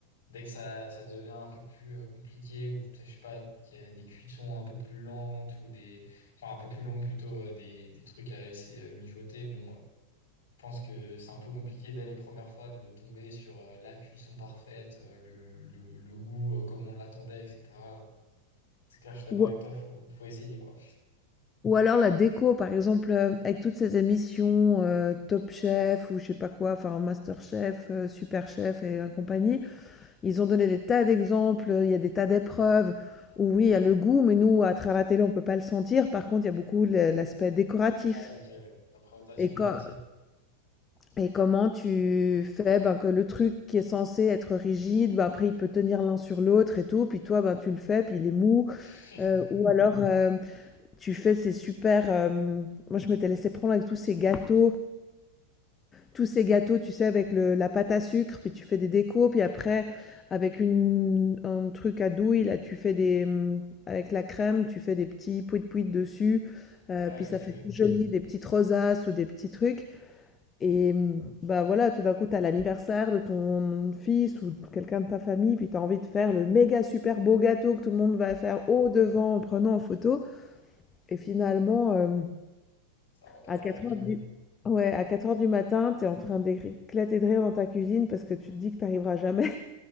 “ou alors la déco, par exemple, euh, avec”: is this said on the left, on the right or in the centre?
Left